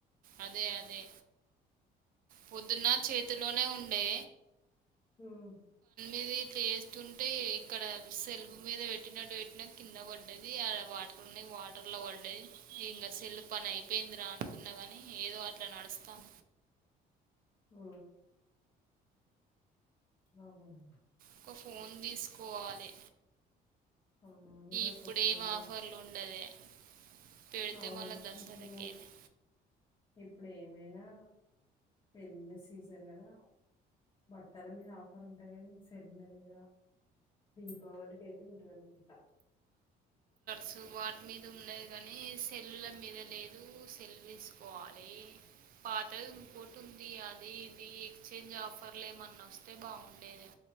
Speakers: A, on the right; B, on the left.
A: అదే అదే పొద్దున్న చేతిలోనే ఉండే
B: హ్మ్మ్
A: ఇది చేస్తుంటే ఇక్కడ సెల్ఫ మీద పెట్టినట్టు పెట్టిన కింద పడ్డది అడ వాటర్ ఉన్నాయి వాటర్ లో పడ్డది ఇంకా సెల్ఫ్ పని అయిపోయింది రా అనుకున్నా గాని అని ఏదో అట్లా నడుస్తాం
B: ఆ అవును
A: ఒక ఫోన్ తీసుకోవాలి
B: అవున ఈరోజు
A: ఇప్పుడేం
B: కొత్తదికొను
A: ఆఫర్లు ఉండదే పెడితే
B: అవును
A: మళ్ళీ దసరాకేనే
B: ఇప్పుడు ఇప్పుడేమి నైనా పెళ్ళి సీజన్ కదా బట్టల మీద ఆఫర్ ఉంటాయి కానీ సెల్లల మీద దీపావళికి అయితే ఉంటుంది అనుకుంటా
A: సో వాటిమీద ఉండది కానీ సెల్ల మీద లేదు సెల్ తీసుకోవాలి పాత ఇంకోటి ఉంది అది ఇది ఎక్స్చేంజ్ ఆఫర్లు ఏమన్నా వస్తే బాగుండేది